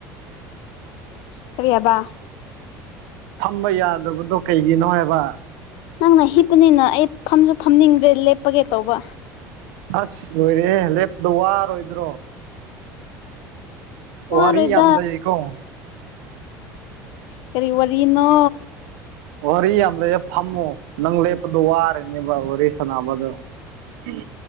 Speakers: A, on the left; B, on the right.
A: ꯀꯔꯤꯌꯥꯕ
B: ꯊꯝꯕ ꯌꯥꯗꯕꯗꯣ ꯀꯩꯒꯤꯅꯣ ꯍꯥꯏꯕ
A: ꯅꯪꯅ ꯍꯤꯞꯄꯅꯤꯅ ꯑꯩ ꯐꯝꯁꯨ ꯐꯝꯅꯤꯡꯗ꯭ꯔꯦ ꯂꯦꯞꯄꯒꯦ ꯇꯧꯕ
B: ꯑꯁ ꯂꯣꯏꯔꯦ ꯂꯦꯞꯄꯗꯣ ꯋꯥꯔꯣꯏꯗ꯭ꯔꯣ
A: ꯋꯥꯔꯣꯏꯗ
B: ꯋꯥꯔꯤ ꯌꯥꯝ ꯂꯩꯌꯦꯀꯣ
A: ꯀꯔꯤ ꯋꯥꯔꯤꯅꯣ
B: ꯋꯥꯔꯤ ꯌꯥꯝꯗ ꯍ ꯐꯝꯃꯣ ꯅꯪ ꯂꯦꯞꯄꯗꯣ ꯋꯥꯔꯅꯦꯕ ꯋꯥꯔꯤ ꯁꯅꯕꯗꯣ ꯎꯝ